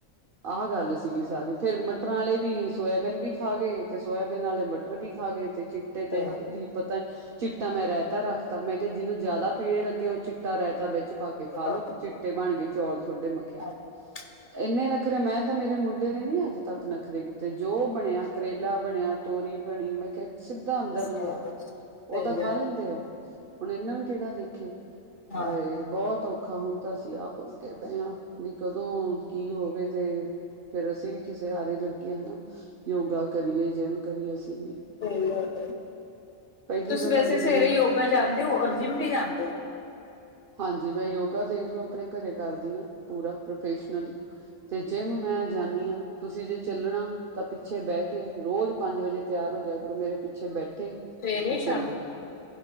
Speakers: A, on the right (about 50°); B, on the left (about 40°).
A: ਆਹਾ ਗੱਲ ਸੀਗੀ ਸਾਰੀ ਫੇਰ ਮਟਰਾਂ ਆਲੇ ਵੀ ਸੋਇਆਬੀਨ ਵੀ ਠਾਗੇ ਤੇ ਸੋਇਆਬੀਨ ਨਾਲੇ ਮਟਰ ਵੀ ਖਾ ਗਏ ਤੇ ਚਿੱਟੇ ਤੇ
B: ਹਾਂ।
A: ਦੀ ਪਤਾ ਨੀ ਚਿੱਟਾ ਮੈਂ ਰਹਿਤਾ ਰੱਖਤਾ ਮੈਂ ਕਿਹਾ ਜਿਹਨੂੰ ਜ਼ਿਆਦਾ ਪੀੜੇ ਲੱਗੇ ਉਹ ਚਿੱਟਾ ਰਹਿਤਾ ਵਿੱਚ ਪਾ ਕੇ ਖਾ
B: ਹਾਂ
A: ਲੋ ਚਿੱ ਟੇ ਬਣ ਗਏ ਚੌਲ ਤੁਹਾਡੇ ਮ ਕਿਆ
B: ਹਾਂ,
A: ਇੰਨੇ ਨਖਰੇ ਮੈਂ ਤਾਂ ਮੇਰੇ ਮੁੰਡੇ ਨੇ ਨੀ ਅੱਜ ਤੱਕ ਨਖਰੇ ਕੀਤੇ ਜੋ ਬਣਿਆ ਕਰੇਲਾ ਬਣਿਆ ਤੋਰੀ ਬਣੀ ਮੈਂ ਕਿਹਾ ਸਿੱਧਾ ਅੰਦਰ
B: ਸੋ
A: ਲੰਘਾ
B: ਬਸ ਸਹੀ
A: ਉਹ ਤਾਂ ਖਾ
B: ਗੱਲ
A: ਲੈਂਦੇ ਆ ਹੁਣ ਇਹਨਾਂ ਨੂੰ ਕਿਹੜਾ ਦੇਖੇ
B: ਹਾਂ
A: ਹਾਏ ਰੇ ਬਹੁਤ ਔਖਾ ਹੁਣ ਤਾਂ ਅਸੀਂ ਆਪ ਅੱਕੇ ਪਏ ਆਂ ਬੀ ਕਦੋਂ ਕੀ ਹੋਵੇ ਤੇ ਫੇਰ ਅਸੀਂ ਵੀ ਕਿਸੇ ਆਰੇ ਲੱਗੀਏ ਹਨਾ ਯੋਗਾ ਕਰੀਏ, ਜਿਮ ਕਰੀਏ ਅਸੀਂ ਵੀ
B: ਸਹੀ ਗੱਲ ਹੈ।
A: ਪਹਿਲੀ
B: ਤੁਸੀਂ
A: ਤਾਂ ਸਾਡੀ
B: ਵੈਸੇ ਸਵੇਰੇ
A: ਨੀ
B: ਯੋਗਾ ਜਾਂਦੇ ਹੋ ਔਰ ਜਿਮ ਵੀ ਜਾਂਦੇ ਹੋ
A: ਹਾਂਜੀ ਮੈਂ ਯੋਗਾ ਦੇਖਲਓ ਆਪਣੇ ਘਰੇ ਕਰਦੀ ਹਾਂ ਪੂਰਾ ਪ੍ਰੋਫੈਸ਼ਨਲੀ ਤੇ ਜਿੰਮ ਮੈਂ ਜਾਂਨੀ ਆਂ ਤੁਸੀਂ ਜੇ ਚਲਣਾ ਤਾਂ ਪਿੱਛੇ ਬਹਿ ਕੇ ਰੋਜ ਪੰਜ ਵਜੇ ਤਿਆਰ ਹੋ ਜਿਆ ਕਰੋ ਮੇਰੇ ਪਿੱਛੇ ਬੈਠੇ
B: ਸਵੇਰੇ
A: ਤੇ
B: ਸ਼ਾਮੀ
A: ਚੱਲਦੇ